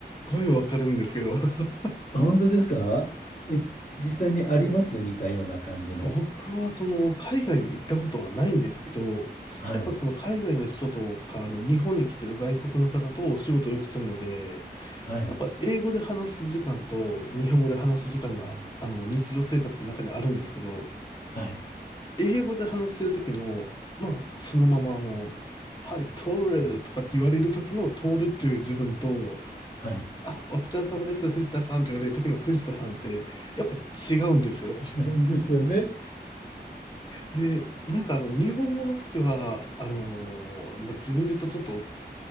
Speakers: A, on the left; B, on the left.
A: ごいわかるんですけど。<laughs>
B: あ本当ですかえ、実際にあります似たような感じの。
A: もう僕はその海外に行ったことはないんですけど、
B: はい。
A: やっぱその海外の人とか、あの日本に来てる外国の方とお仕事をよくするので、
B: はい。
A: やっぱ英語で話す時間と日本語で話す時間が、あの日常生活の中にあるんですけど、
B: はい。
A: 英語で話してる時の、まあそのままあの、はい、通るとかって言われる時の通るっていう自分と、
B: はい。
A: あ、お疲れ様です、藤田さんって言われる時の藤田さんって、やっぱ違うんですよ。
B: <laughs> ですよね。
A: で、なんかあの、日本語の時は、あのーまあ、自分で言うとちょっと